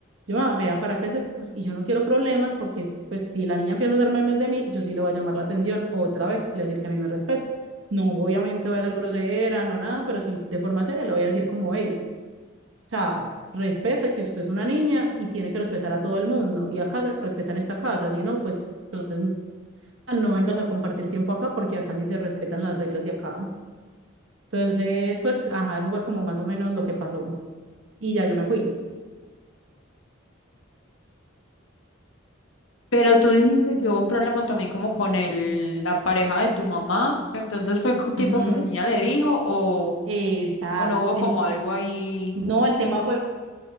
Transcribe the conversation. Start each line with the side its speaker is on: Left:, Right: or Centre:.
Right: Yo, mamá, vea, para que sepa. Y yo no quiero problemas porque si- pues si la niña empieza a hacer memes de mí, yo sí le voy a llamar la atención otra vez y le voy a decir que a mí me respeta. No, obviamente voy a ser grosera, no nada, pero sí de forma seria le voy a decir como, hey, o sea, respeta que usted es una niña y tiene que respetar a todo el mundo. Y acá se respeta en esta casa, si no, pues entonces no vengas a compartir tiempo acá porque acá sí se respetan las reglas de acá. Entonces, pues, ajá, eso fue como más o menos lo que pasó. Y ya yo me fui.
Left: pero tú dijiste que hubo un problema también como con el, la pareja de tu mamá, entonces fue co- tipo
Right: Ujú.
Left: que la niña le dijo o,
Right: Exacto.
Left: o no hubo
Right: El,
Left: como algo ahí.
Right: no, el tema fue,